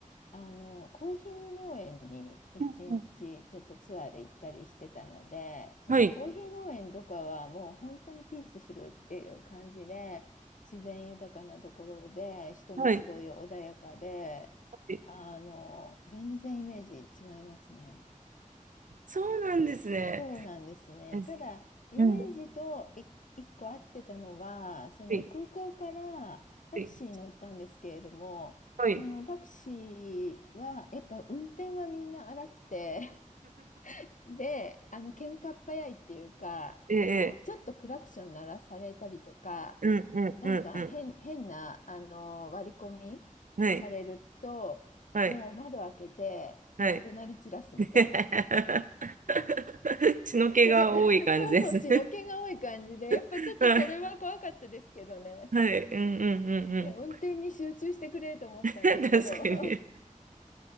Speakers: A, on the left (about 70°); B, on the right (about 70°).
A: あの、コーヒー農園に一日ちょっとツアーで行ったりしてたので、
B: うんうん
A: そのコーヒー農園とかはもう本当にピースフルっていう感じで、
B: はい。
A: 自然豊かなところで、人もすごい穏やかで、
B: はい。はい
A: あの、全然イメージ違いますね。
B: そうなんですね。
A: そうなんですね。
B: え
A: ただ、イメージとい一個合ってたのは、
B: うん。は
A: その空港からタクシーに乗ったんですけれども、
B: い。はい。はい
A: そのタクシーは、やっぱ運転はみんな荒くて、<laughs> で、あの、喧嘩っ早いっていうか、
B: えええ
A: その、ちょっとクラクション鳴らされたりとか、
B: うんうんうんうん。
A: なんか変、変な、あの、割り込みされると、
B: はい。はい。
A: もう窓開けて、
B: はい。
A: もう怒鳴り散らすみたいな。
B: <laughs> 血の気が多い感じですね。
A: それ、<laughs> そうそう、血の気が多い感じで、やっぱちょっとそれは怖かったですけどね。
B: <laughs> はい。はい。うんうんうん
A: いや、運転に集中してくれと思ったんですけど。
B: うん。<laughs> 確かに。
A: <laughs> は